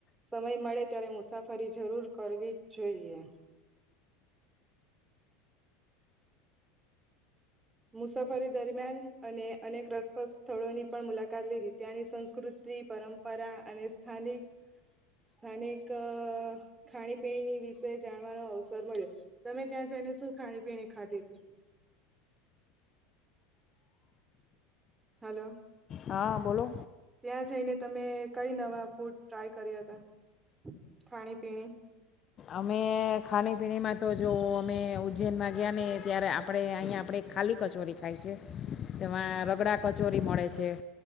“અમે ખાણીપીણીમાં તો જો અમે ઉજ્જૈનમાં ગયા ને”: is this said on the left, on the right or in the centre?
Left